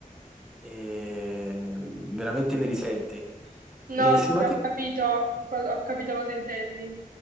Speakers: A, in the centre; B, on the right.
A: eh, veramente ne risenti.
B: No,
A: Eh, sì,
B: sì,
A: ma
B: ho
A: tu
B: capito, ho capito cosa intendi.